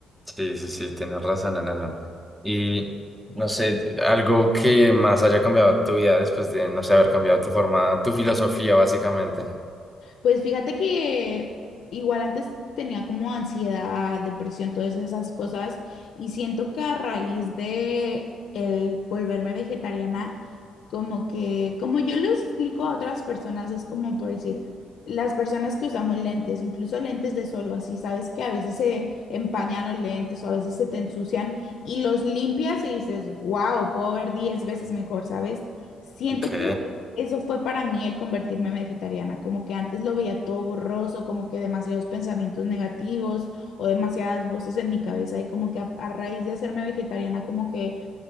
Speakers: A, in the centre; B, on the left.
A: Sí, sí, sí, tienes razón en eso. Y no sé, algo que más haya cambiado en tu vida después de, no sé, haber cambiado tu forma, tu filosofía, básicamente.
B: Pues fíjate que igual antes tenía como ansiedad, depresión, todas esas cosas, y siento que a raíz de el volverme vegetariana, como que, como yo lo explico a otras personas, es como por decir, las personas que usamos lentes, incluso lentes de sol o así, sabes que a veces se empañan los lentes o a veces se te ensucian y los limpias y dices, wow, puedo ver 10 veces mejor, ¿sabes? Siento
A: Ok,
B: que eso fue para mí el convertirme en vegetariana, como que antes lo veía todo borroso, como que demasiados pensamientos negativos o demasiadas voces en mi cabeza y como que a, a raíz de hacerme vegetariana, como que